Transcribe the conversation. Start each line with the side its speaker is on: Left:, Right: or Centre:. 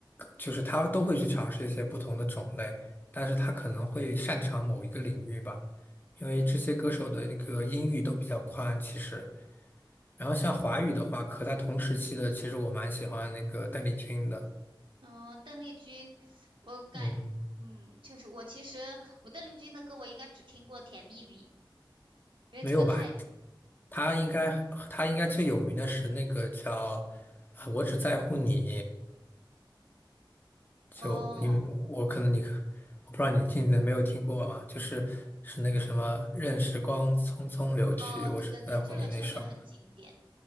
Left: 就是他都会去尝试一些不同的种类，但是他可能会擅长某一个领域吧，因为这些歌手的那个音域都比较宽，其实。然后像华语的话，和他同时期的，其实我蛮喜欢那个邓丽君的。
Right: 嗯，邓丽君，我感，
Left: 嗯，
Right: 嗯，就是我其实我邓丽君的歌我应该只听过《甜蜜蜜》，因为这个太，
Left: 没有吧？他应该他应该最有名的是那个叫呃《我只在乎你》。就你我可能你
Right: 哦
Left: 我不知道你听没有听过吧？就是是那个什么“任时光匆匆流去，
Right: 哦，
Left: 我只在乎你”那首。
Right: 对对对，这个确实很经典，